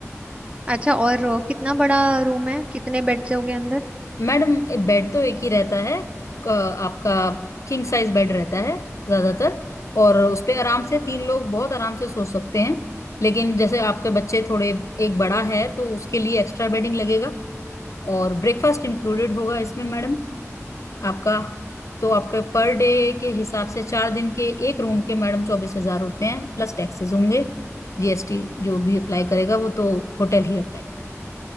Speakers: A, on the right; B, on the left.
A: अच्छा और अ, कितना बड़ा रूम है कितने बेड्स होंगे अंदर
B: मैडम बेड तो एक ही रहता है अ, आपका किंग साइज बेड रहता है ज्यादातर और उस पे आराम से तीन लोग बहुत आराम से सो सकते हैं लेकिन जैसे आपके बच्चे थोड़े एक बड़ा है तो उसके लिए एक्स्ट्रा बेडिंग लगेगा और ब्रेकफास्ट इंक्लूडेड होगा इसमें मैडम आपका तो आपके पर डे के हिसाब से चार दिन के एक रूम के मैडम चौबीस हजार होते हैं प्लस टैक्सेस होंगे जीएसटी जो भी अप्लाई करेगा वो तो होटल ही अप्लाई करेगा